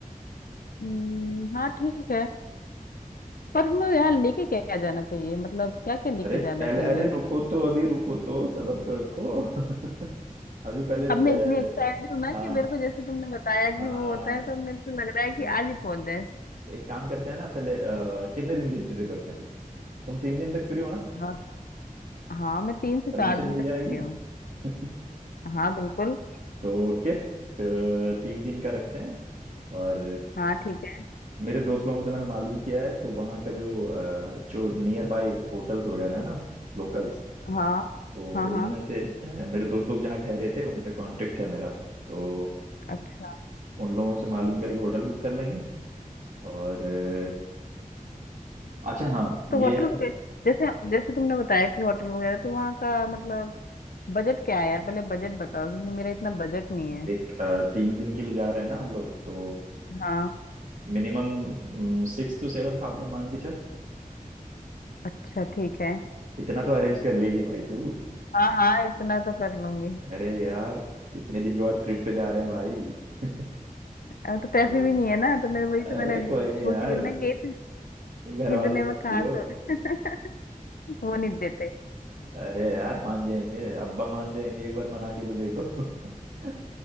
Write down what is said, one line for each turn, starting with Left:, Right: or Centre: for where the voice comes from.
Left: हम्म, हाँ ठीक है पर हमें यहाँ लेके क्या जाना चाहिए मतलब क्या क्या लेके
Right: अरे
Left: जाना
Right: पहले
Left: चाहिए
Right: अरे रुको तो अभी रुको तो सब्र तो रखो <laughs> अभी पहले दे-
Left: अब मैं इतनी एक्साइटेड हूँ ना
Right: हाँ
Left: कि मेरे को जैसे तुमने बताया कि
Right: हाँ
Left: वो होता है तो मेरे को लग रहा है कि
Right: तो,
Left: आज ही पहुंच जाए
Right: तो एक काम करते हैं ना पहले अ, कितने दिन की ट्रिप रखें फिर तुम तीन दिन तक फ्री हो ना
Left: हाँ हाँ मैं तीन से
Right: परमिशन
Left: चार दिन
Right: मिल
Left: तक
Right: जाएगी
Left: फ्री हूँ
Right: <laughs>
Left: हाँ बिल्कुल
Right: तो ओके फिर तीन दिन का रखते हैं और
Left: हाँ ठीक है
Right: मेरे दोस्त लोगों से मैंने मालूम किया है तो वहाँ का जो अ, जो नियर बाय होटल्स वगैरह है ना लोकल्स
Left: हाँ
Right: तो
Left: हाँ
Right: उनमें
Left: हाँ
Right: से अ, मेरे दोस्त लोग जहाँ ठहरे थे उनसे कांटेक्ट है मेरा तो
Left: अच्छा
Right: उन लोगों से मालूम करके होटल बुक कर लेंगे और अ, अच्छा हाँ
Left: तो
Right: ये
Left: होटल
Right: अब
Left: वगैरह जैसे जैसे तुमने बताया कि होटल वगैरह तो वहाँ का मतलब बजट क्या है यार पहले बजट बताओ क्योंकि मेरा इतना बजट नहीं है
Right: देख अ, तीन दिन के लिए जा रहे हैं ना हम लोग तो
Left: हाँ
Right: मिनिमम सिक्स टू सेवन थाउजेंड मान के चल
Left: अच्छा ठीक है
Right: इतना तो अरेंज कर लेगी भाई तू
Left: हाँ हाँ इतना तो कर लूंगी
Right: अरे यार इतने दिन के बाद ट्रिप पे जा रहे हैं भाई <laughs>
Left: अब तो पैसे
Right: तो
Left: भी नहीं है ना तो मैं वही तो
Right: अरे
Left: मैंने
Right: कोई नहीं
Left: सोच
Right: यार
Left: रही हूँ ना कि इत,
Right: घर वालों
Left: इतने में
Right: के
Left: कहाँ
Right: लिए हो
Left: से <laughs> वो नहीं देते
Right: अरे यार मान जाएंगे अब्बा मान जाएंगे एक बार मना के तो देखो <laughs>